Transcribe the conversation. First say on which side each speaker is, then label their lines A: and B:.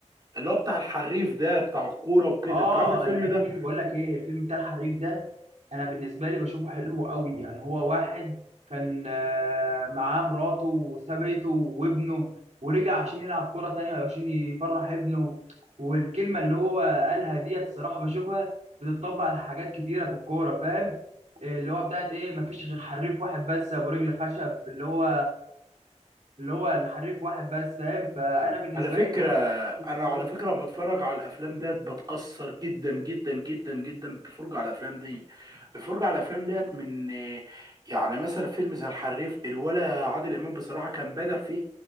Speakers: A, on the right; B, on the right.
A: اللي هو بتاع الحريف ده بتاع الكوره وكده
B: اه
A: انت عارف الفيلم
B: لا الفيلم
A: ده
B: بقول لك ايه الفيلم بتاع الحريق ده انا بالنسبه لي بشوفه حلو قوي يعني هو واحد كان آه، معاه مراته وسابته وابنه ورجع عشان يلعب كوره تانية وعشان يفرح ابنه والكلمه اللي هو قالها ديت الصراحه بشوفها بتطبق على حاجات كتيره في الكوره فاهم إيه اللي هو بتاعت ايه مفيش غير حريف واحد بس ابو رجل خشب اللي هو اللي هو الحريف واحد بس فاهم فانا بالنسبه
A: على فكرة
B: لي بحب أفلام
A: أنا على فكرة لما بتفرج على الأفلام ديت بتأثر جدا جدا جدا جدا بالفرجة على الأفلام دي الفرجة على الأفلام ديت من آه، يعني مثلا فيلم زي الحريف الولا عادل إمام بصراحة كان بادع فيه